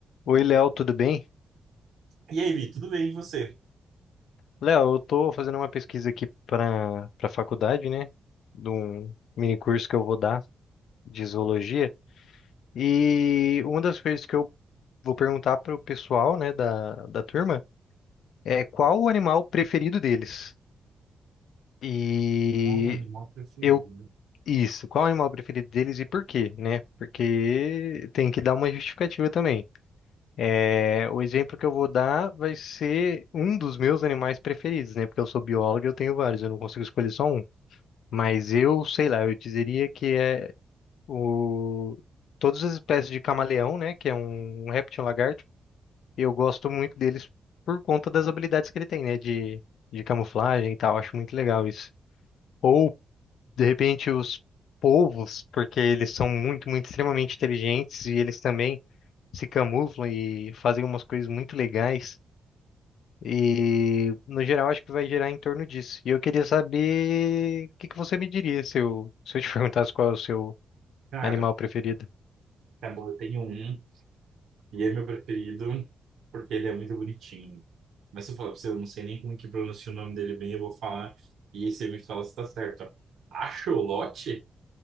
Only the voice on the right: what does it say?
E aí, Vi, tudo bem? E você?
Qual o animal preferido?
Cara,
tá bom, eu tenho um e é meu preferido porque ele é muito bonitinho. Mas se eu falar pra você, eu não sei nem como que pronuncia o nome dele bem, eu vou falar e aí você me fala se tá certo. Axolote?